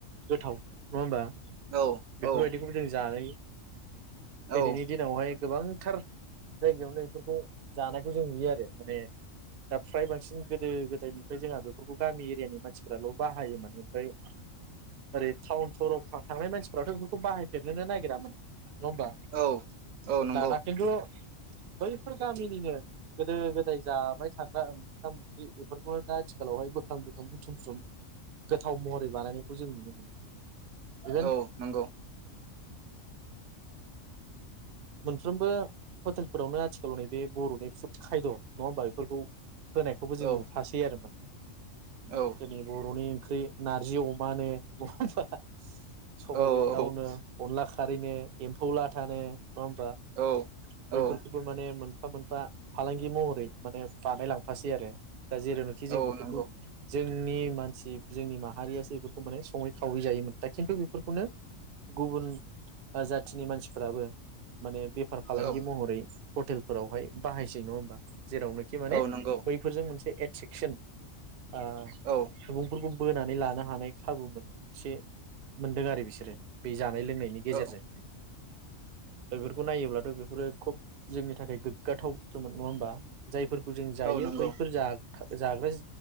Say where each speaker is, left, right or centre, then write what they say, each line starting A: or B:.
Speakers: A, on the right; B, on the right.
A: गोथाव नङा होमबा?
B: औ
A: बेफोरबायदिखौबो
B: औ
A: जों जानाय। दिनैनि
B: औ
A: दिनावहाय। गोबांथार जायगायावनो बेफोरखौ जानायखौ जों नुयो आरो माने दा फ्राय बांसिन। सिन गोदो गोदायनिफ्राय जोंहा बेफोरखौ गामि एरियानि मानसिफोराल' बाहायोमोन ओमफ्राय ओरै टाउन सहराव था थांनाय मानसिफोराथ' बेफोरखौ बाहायफेरनोनो नागिरामोन। नङा होमबा?
B: औ औ नंगौ
A: दाना खिन्तु। बैफोर गामिनिनो गोदो गोदाय जाबाय थाग्रा। ओंखाम ओंख्रि बेफोरखौनो दा आथिखालावहाय बोखां-बोखां बुथुम-बुथुम गोथाव महरै बानायनायखौ जों नुनो मोनो। इभेन
B: औ नंगौ।
A: मोनफ्रोमबो हटेलफोरावनो आथिखालाव नैबे बर'नि फुड खायद' नङा होमबा बेफोरखौ। होनायखौबो जों
B: औ
A: नुफासै आरो माने।
B: औ
A: दोनै बर'नि। ओंख्रि नारजि अमानो नङा होमबा? सबायाइजों
B: औ
A: दावनो अनला खा। खारैनो एम्फौ लाथानो। नङा होमबा?
B: औ
A: बैफोरखौबो
B: औ
A: माने मोन। मोनफा-मोनफा फालांगि महरै माने बानायलांफासै आरो। दा जेरावनोखि जों
B: औ
A: बेफोरखौ।
B: नंगौ
A: जोंनि मानसि जोंनि माहारियासो बेफोरखौ माने सङै-खावै जायोमोन। दा खिन्थु बेफोरखौनो गुबुन ओ जाथिनि मानसिफ्राबो। माने बेफार फालांगि
B: औ
A: महरै। हटेलफोरावहाय बाहायसै नङा होमबा? जेरावनोखि माने
B: औ नंगौ
A: बैफोरजों मोनसे एद। सिकसोन। आ
B: औ
A: सुबुंफोरखौ। बोनानै लानो हानाय खाबु मोनसे मोनदों आरो बिसोरो बेज। जानाय लोंनायनि गेजेरजों।
B: औ
A: दा बेफोरखौ नायोब्लाथ' बे। फोरो खुब जोंनि थाखाय गोग्गाथाव बाथ्रामोन नङा होमबा जायफोर। जों जायो
B: औ नंगौ
A: बैफोर जा जाग्रा